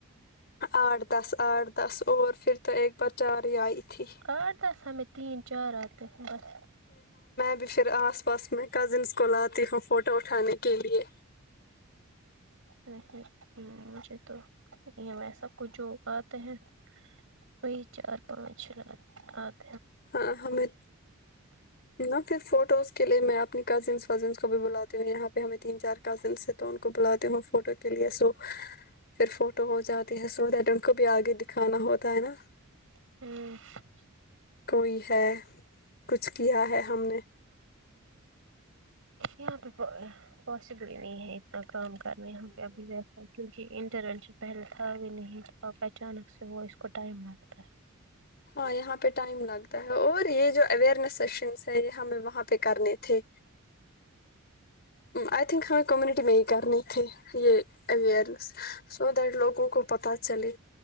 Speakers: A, on the left; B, on the right.
A: آٹھ دس آٹھ دس اور پھر تو ایک بار چار ہی آئی تھی
B: آڈ توس میں تین چار آتےے بس
A: ب پھر آس پاس میں کزنس کو لاتی ہوں فوٹو اٹھانے کے لیے
B: نہیں مجھے تو یہ ایسا کچھ ہوگاتتے ہیں وہ چار پانچ چ رات <inaudible>
A: ہاں ہمیں نہ پھر فوٹوز کے لیے میں اپنی کزنس وزنس کو بھی بلاتی ہوں یہاں پہ ہمیں تین چار کزنسے تو ان کو کو بلاتے ہوں فوٹو کے لیے سو پھر فوٹو ہو جاتی ہے سو اس کو بھی آگے دکھانا ہوتا ہے نا
B: <inaudible>
A: کوئی ہے کچھ کیا ہے ہم نے
B: یہاں پہ پس گ جی کام کرنا یہاں پہ ابھی وس ہے کیک انٹر پہلتا بھی نہیں تھا اچانک سے وہ اس کو ٹائم لگتا ہے
A: ہاں یہاں پہ ٹائم لگتا ہے اور یہ جو اوئرنیس سیشنس ہے یہ ہمیں وہاں پہ کرنے تھے آئی تھنک ہمیں کمیونٹی میں ہی کرنے تھے یہ اوئرنیس سو دیٹ لوگوں کو پت چلے